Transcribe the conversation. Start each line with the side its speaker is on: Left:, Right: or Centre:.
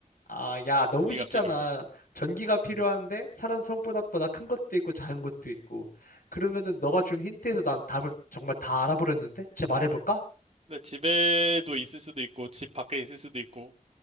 Left: 아, 야, 너무
Right: 전기가
Left: 쉽잖아.
Right: 필요해.
Left: 전기가 필요한데 사람 손바닥보다 큰 것도 있고 작은 것도 있고. 그러면은 너가 준 힌트에서 난 답을 정말 다 알아버렸는데? 제 말해볼까?
Right: 근데 집에도 있을 수도 있고, 집 밖에 있을 수도 있고.